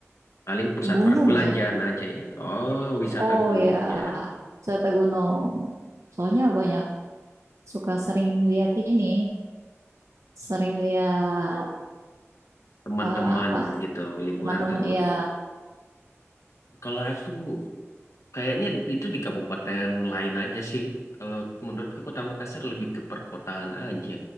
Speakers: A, on the left (about 75°); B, on the right (about 75°).
A: paling pusat
B: gunung
A: perbelanjaan
B: ya.
A: aja ya. Oh, wisata
B: Oh
A: gunungnya.
B: ya, wisata gunung. Soalnya banyak suka sering lihat ini, sering lihat
A: Teman-teman
B: eh, apa
A: gitu, liburan
B: teman-teman
A: ke gunung.
B: ya
A: Kalau aku Kayaknya itu di kabupaten lain aja sih. Kalau menurutku Kota Makassar lebih ke perkotaan aja.